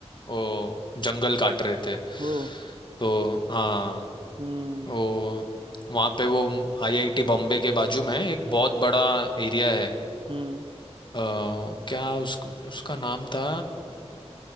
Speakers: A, on the left; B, on the right.
A: वो जंगल काट रहे थे
B: हम्म, ओ
A: तो हाँ
B: हम्म
A: वो वहाँ पे वो आईआईटी बॉम्बे के बाजू में एक बहुत बड़ा एरिया है
B: हम्म
A: अ, क्या उसको उसका नाम था